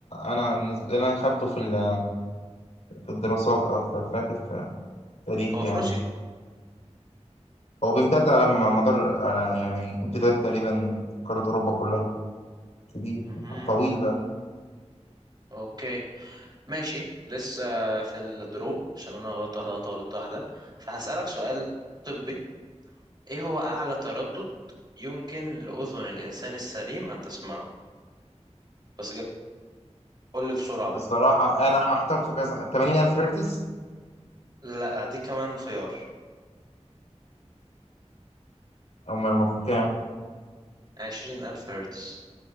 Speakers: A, on the left; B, on the right.
A: انا بالنسبه لي انا خدته في ال- في الدراسات اكتر فاكر في التاريخ
B: هو
A: يعني
B: في روسيا
A: هو بيمتد على م- مدار انا يعني امتداد تقريبا قاره اوروبا كلها كبير
B: مهم.
A: طويل بقى
B: اوكي ماشي لسه في الدرو عشان انا غلطت واحده وانت غلطت واحده فهسألك سؤال طبي ايه هو اعلى تردد يمكن لاذن الانسان السليم ان تسمعه بس جا- قول لي بسرعه بقى
A: بصراحه انا هحتار في كذا 80000 هرتز
B: لا دي كمان خيار
A: هم المفروض كام
B: عشرين الف هرتز